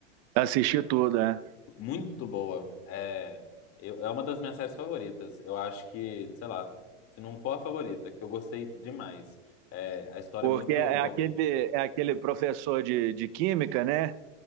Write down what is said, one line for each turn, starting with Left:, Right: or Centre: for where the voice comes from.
Right: assisti tudo, né?
Left: Muito boa. É, eu- é uma das minhas séries favoritas. Eu acho que, sei lá, se não for a favorita, que eu gostei demais. É, a história
Right: Porque
Left: é muito
Right: é
Left: envolvente.
Right: aquele, é aquele professor de, de química, né?